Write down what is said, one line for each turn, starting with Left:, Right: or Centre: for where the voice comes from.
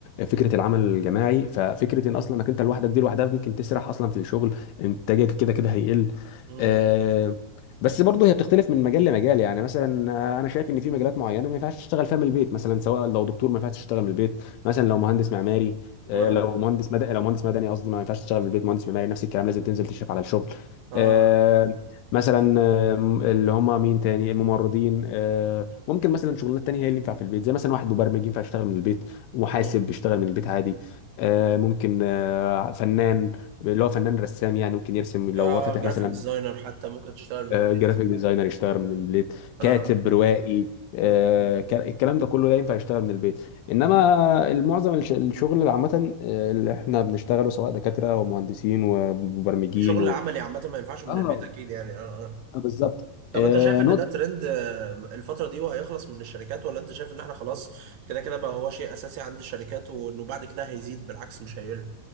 Left: فكره العمل الجماعي ففكره ان
Right: مم؟
Left: اصلا انك انت لوحدك دي لوحدها ممكن تسرح اصلا في الشغل انتاجك كده كده هيقل
Right: مم.
Left: آه، بس برضه هي بتختلف من مجال لمجال يعني مثلا آه، انا شايف ان في مجالات معينه ما ينفعش تشتغل فيها من البيت مثلا سواء لو دكتور ما ينفعش تشتغل من البيت مثلا لو مهندس معماري آه،
Right: اه
Left: لو مهندس مدني لو مهندس مدني قصدي ما ينفعش تشتغل من البيت مهندس معماري نفس الكلام لازم تنزل تشرف على الشغل
Right: اه
Left: آه، مثلا آه، م- اللي هم مين تاني الممرضين آه، ممكن مثلا شغلانات تانية هي اللي ينفع في البيت زي مثلا واحد مبرمج ينفع يشتغل من البيت محاسب
Right: مم.
Left: بيشتغل من البيت عادي آه، ممكن آه، فنان اللي هو فنان رسام يعني ممكن يرسم لو
Right: اه
Left: هو فاتح
Right: جرافيك
Left: مثلا
Right: ديزاينر حتى ممكن تشتغل من البيت
Left: آه، جرافيك ديزاينر يشتغل من البيت
Right: اه
Left: كاتب روائي آه،
Right: مم.
Left: ك- الكلام ده كله ده ينفع يشتغل من البيت انما
Right: مم.
Left: المعظم الش- الشغل اللي عامه آه، اللي احنا بنشتغله سواء دكاتره ومهندسين ومبرمجين
Right: الشغل
Left: و...
Right: العملي عامة ما ينفعش من
Left: اه
Right: البيت اكيد يعني اه آه.
Left: آه، بالظبط
Right: طب
Left: آه،
Right: انت شايف ان
Left: نقطة
Right: ده ترند آه، الفترة دي وهيخلص من الشركات ولا انت شايف ان احنا خلاص كده كده بقى هو شيء اساسي عند الشركات وانه بعد كده هيزيد بالعكس مش هيقل